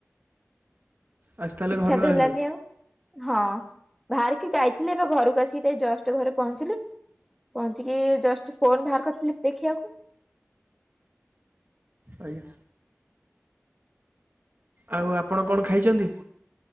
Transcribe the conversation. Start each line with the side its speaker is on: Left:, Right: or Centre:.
Right: ଆଜି ତାହେଲେ
Centre: ଇଚ୍ଛା
Right: ଘରେ
Centre: ବି
Right: ରହିଲେ
Centre: ହେଲାନି ଆଉ। ହଁ ବାହାରିକି ଯାଇଥିଲି ଏବେ ଘରକୁ ଆସିକି ଜଷ୍ଟ ଘରେ ପହଞ୍ଚିଲି। ପହଞ୍ଚିକି ଜଷ୍ଟ ଫୋନ ବାହାର କରିଥିଲି ପ୍ ଦେଖିଆକୁ।
Right: ଆଜ୍ଞା। ଆଉ ଆପଣ କଣ ଖାଇଚନ୍ତି?